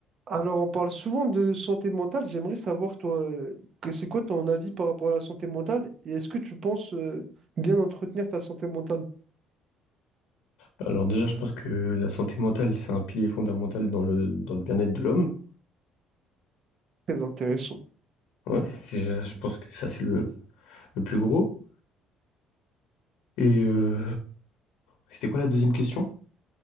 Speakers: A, on the right (about 50°); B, on the left (about 80°).
A: Alors, on parle souvent de santé mentale. J'aimerais savoir, toi, euh, que- c'est quoi ton avis par rapport à la santé mentale et est-ce que tu penses euh, bien entretenir ta santé mentale?
B: Alors déjà, je pense que la santé mentale, c'est un pilier fondamental dans le, dans le bien-être de l'homme.
A: Très intéressant.
B: Ouais, c'est- je pense que ça, c'est le, le plus gros. Et euh, c'était quoi la deuxième question?